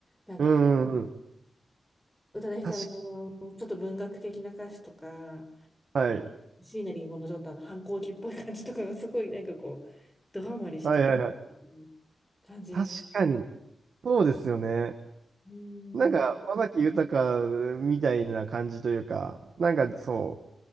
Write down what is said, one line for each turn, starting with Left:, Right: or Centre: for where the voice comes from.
Centre: なんか、
Right: うん。うんうんうん。
Centre: 宇多田ヒカルのちょっと文学的な歌詞とか、
Right: 確か、はい。
Centre: 椎名林檎のちょっとあの反抗期っぽい感じとかがすごいなんかこう、ドハマりしてるっていう
Right: はいはいはい。
Centre: 感じです。
Right: 確かに。そうですよね。
Centre: うー
Right: なんか、
Centre: ん、う
Right: 尾崎豊みたいな感じというか、なんかそう、